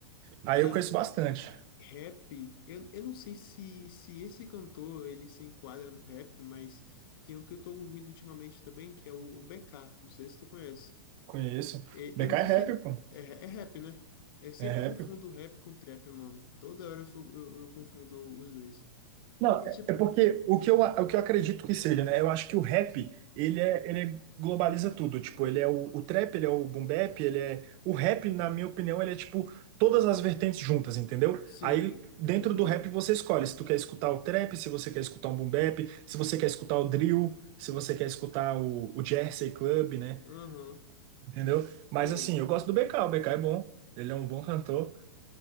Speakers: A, on the right; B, on the left.
A: aí
B: Cara,
A: eu conheço bastante.
B: Rap, eu, eu não sei se, se esse cantor ele se enquadra no rap, mas tem o que eu tô ouvindo ultimamente também, que é o BK, não sei se tu conhece.
A: Conheço.
B: E-
A: BK
B: eu não sei
A: é rap,
B: se
A: pô.
B: é, é rap, né? Eu sempre
A: É rap.
B: confundo rap com trap, mano. Toda hora eu, fu- eu, eu confundo os dois.
A: Não,
B: Porque,
A: é
B: tipo,
A: é porque o que eu, a- o que eu acredito que seja, né? Eu acho que o rap, ele é, ele globaliza tudo. Tipo, ele é o, o trap, ele é o boom bap, ele é... O rap, na minha opinião, ele é tipo todas as vertentes juntas, entendeu?
B: sim,
A: Aí, dentro
B: é verdade.
A: do rap, você escolhe se tu quer escutar o trap, se você quer escutar um boom bap, se você quer escutar o drill, se você quer escutar o, o Jersey Club, né?
B: Aham.
A: Entendeu? Mas,
B: Pô,
A: assim, eu gosto do BK. O BK é bom, ele é um bom cantor.